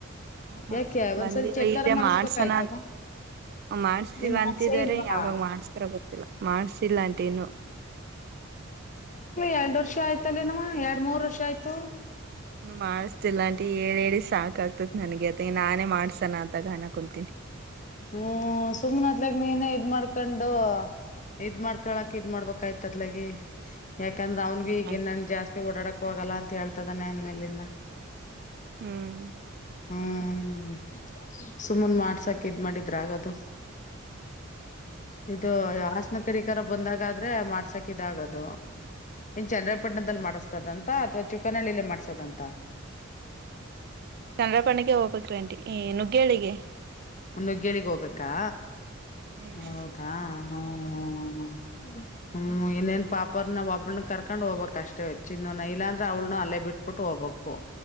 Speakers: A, on the right; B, on the left.
A: ಹ್ಮ್ ಹ್ಮ್
B: ಯಾಕೆ
A: ಬಂದಿಲ್ಲ
B: ಒಂದ್ಸಲ ಚೆಕ್ಕರ್
A: ಇಲ್ಲೇ
B: ಮಾಡಸ್ಬೇಕಾಯ್ತಮ್ಮ
A: ಮಾಡ್ಸೋಣ ಅನ್ ಮಾಡಸ್ತಿವ
B: ನಿಮ್
A: ಅಂತಿದಾರೆ
B: ಆಸೆ ಇಲ್ವಾ
A: ಯಾವಾಗ ಮಾಡಸ್ತಾರ ಗೊತ್ತಿಲ್ಲ ಮಾಡ್ಸಿಲ್ಲಾಂಟಿ ಇನ್ನೂ
B: ಎರಡು ವರ್ಷ ಆಯ್ತಲ್ಲೇವ ಎರಡ್ ಮೂರ್ ವರ್ಷ ಆಯ್ತು
A: ಮಾಡಸ್ತಿಲ್ಲ ಅಂಟಿ ಏಳೆಳಿ ಸಾಕ್ ಆಗ್ತತ್ ನನಗೆ ಅತ್ತ ನಾನೇ ಮಾಡ್ಸಣ ಆತಗ ಅಣ ಕೊತೀನಿ
B: ಹ್ಮ್ ಸುಮ್ನೆದ್ಲಗ್ ನೀನೇ ಇದ್ ಮಾಡ್ಕೊಂಡು ಇದ್ ಮಾಡ್ಕ ಕಳಕ ಇದ್ ಮಾಡ್ಬಬೇಕಾಯಿತ್ ಆತ್ಲಗಿ ಯಾಕಂದ್ರೆ
A: ಹ್ಮ್
B: ಅವನ್ಗ ಈಗ ಇನ್ನ ಜಾಸ್ತಿ ಓಡಾಡಕ್ ಕಕ್ ಹೋಗಲ್ಲ ಅಂತ ಹೇಳ್ತದನೆ ಎ ಮೇಲನ್ನ
A: ಹ್ಮ್
B: ಹ್ಮ ಹ್ಮ್ ಸುಮ್ಮನ್ ಮಾಡ್ಸ್ ಇದ್ ಮಾಡಿದ್ರ ಆಗದು ಇದು ಹಾಸನ ಕಡಿಕರ ಬಂದಾಗಾದ್ರೆ ಮಾಡ್ಸಾಕಿದಾಗದು ಏನ್ ಚೆನರಾಯ್ಪಟ್ಟಣದಲ್ಲಿ ಮಾಡಿಸ ದಂತ ಅಥವಾ ಚುಕ್ಕನಹಳ್ಳಿಲೆ ಮಾಡ್ಸದಂತ
A: ಚನ್ರಾಯ್ಪಟ್ಣಕ್ಕೆ ಹೋಗ್ಬೇಕ್ರಿ ಆಂಟಿ ಎ ಏನು ಗೆಳಿಗೆ
B: ಒನ್ನುಗೇಳಿಗೆ ಹೋಗ್ಬೇಕ್ ದಾ
A: ಹ್ಮ್
B: ಹೌದಾ ಹ್ಮ್ ಹಮ್ ಹಮ್ ಹಮ್ ಹ್ಮ್ ಇನ್ನೇನ್ ಪಾಪರ್ನ ಒಬ್ಳನ ಕರ್ಕೊಂಡ್ ಹೋಗ್ಬೇಕ್ ಅಷ್ಟೇ ಚಿನ್ನುನ ಇಲಾಂದ್ರೆ ಅವಳನು ಅಲ್ಲೇ ಬಿಟ್ಬಿಟ್ಟು ಹೋಗ್ಬೇಕು.